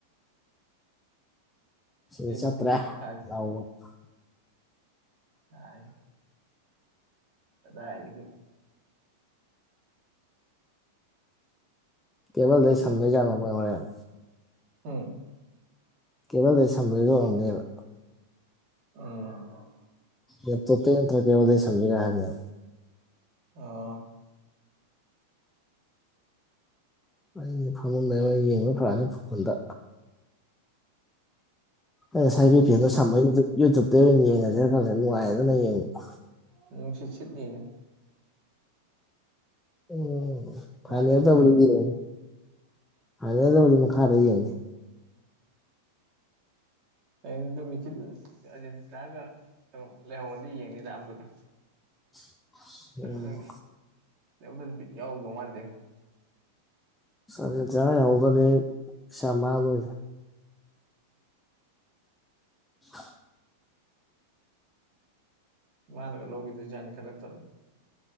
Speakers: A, in the centre; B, on the right.
A: ꯁꯤꯗ
B: <unintelligible>
A: ꯆꯠꯇ꯭ꯔꯦ <unintelligible>
B: <inaudible> ꯀꯗꯥꯏꯗꯒꯤ
A: ꯀꯦꯕꯜꯗꯩ
B: ꯃꯗꯨ
A: ꯁꯝꯗꯣꯏ ꯖꯥꯠꯔꯣ ꯃꯣꯏ ꯍꯣꯔꯦꯟ
B: ꯎꯝ
A: ꯀꯦꯕꯜꯗ ꯁꯗꯣꯏꯒꯅꯦꯕ
B: ꯎꯝ
A: ꯇꯣꯞꯄꯇꯩ ꯅꯠꯇ꯭ꯔꯀꯦꯕꯗꯩ ꯁꯝꯖꯔꯦ ꯍꯥꯏꯕꯅꯦꯕ
B: ꯑ
A: ꯑꯩꯁ ꯐꯪꯉꯝꯗꯉ ꯌꯦꯡꯕ ꯄꯥꯅꯤ ꯐꯣꯟꯗ ꯑꯩ ꯉꯁꯥꯏ
B: ꯅꯨꯡꯁꯤꯠ
A: ꯕꯤ ꯐꯤꯗꯣ
B: ꯁꯤꯠ
A: ꯁ ꯌꯨꯇꯌꯨꯞꯇ ꯑꯣꯏꯅ ꯌꯦꯡꯉꯁꯤꯔ ꯈ ꯅꯨꯡꯉꯥꯏꯌꯦꯗꯅ ꯌꯦꯡꯕ
B: ꯅꯨꯡꯁꯤꯁꯤꯗꯅꯤꯅꯦ
A: ꯎꯝ ꯐꯥꯏꯅꯦꯜ
B: ꯅꯍꯥꯟ ꯁꯤꯠꯄꯅꯦ
A: ꯇꯧꯕꯗꯤ
B: ꯑꯗꯨ
A: ꯌꯦꯡꯉ ꯐꯥꯏꯅꯦꯜ ꯇꯧꯕꯅꯤ ꯃꯈꯥꯔ ꯌꯦꯡꯉ
B: ꯍꯌꯦꯡꯗꯣ ꯃꯤꯆꯤꯠ ꯑꯦꯖꯦꯟ ꯆꯑꯒ ꯀꯩꯅꯣ ꯂꯩꯍꯧꯔꯗꯤ ꯌꯦꯡꯅꯤꯗ ꯑꯃꯗꯨꯒ
A: <inaudible> ꯎꯝ
B: ꯈꯪꯗꯦ ꯅꯗꯗꯤꯕꯤ ꯌꯥꯎꯗꯧ ꯃꯥꯟꯗꯦꯅꯦ
A: ꯆꯁꯦ ꯆꯔ ꯌꯥꯎꯗꯅꯦ ꯑꯩ ꯄꯩꯁꯥ ꯃꯥꯡꯗꯣꯏꯔꯦ <inaudible>
B: ꯃꯥꯅꯒ ꯂꯧꯈꯤꯗꯣꯏ ꯆꯥꯅ ꯈꯈꯤꯗꯛꯇ ꯊꯧꯔꯒꯦ